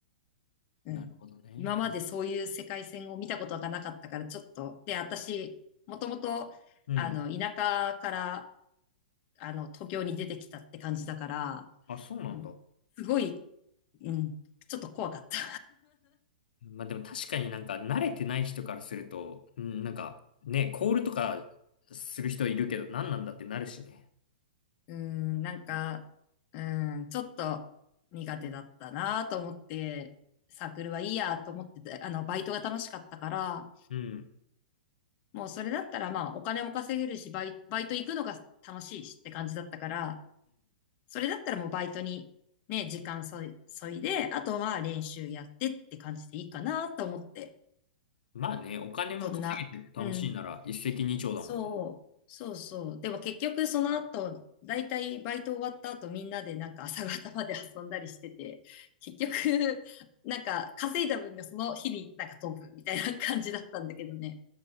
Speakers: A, on the left (about 40°); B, on the left (about 75°).
A: うん。
B: なるほどね。
A: 今までそういう世界線を見たことがなかったから、ちょっと、で、私、もともと、
B: うん。
A: あの、田舎から、あの、東京に出てきたって感じだから、
B: あ、そうなんだ。
A: うん、すごい、うん、ちょっと怖かった。
B: まあでも確かになんか慣れてない人からすると、うん、なんかね、コールとかする人いるけど何なんだってなるしね。
A: うん、なんか、
B: うん
A: うん、ちょっと苦手だったなと思って、サークルはいいやと思ってて、あの、バイトが楽しかったから、
B: うん。
A: もうそれだったらまあ、お金も稼げるし、バイ、バイト行くのが楽しいしって感じだったから、それだったらもうバイトにね、時間そい、そいで、あとは練習やってって感じでいいかなと思って。
B: まあね、お金も稼げて楽しいなら一石二鳥だもんね。
A: そんな。うん。そう。そうそう。でも結局その後、だいたいバイト終わった後みんなでなんか朝方まで遊んだりしてて、結局、なんか稼いだ分がその日になんか飛ぶみたいな感じだったんだけどね。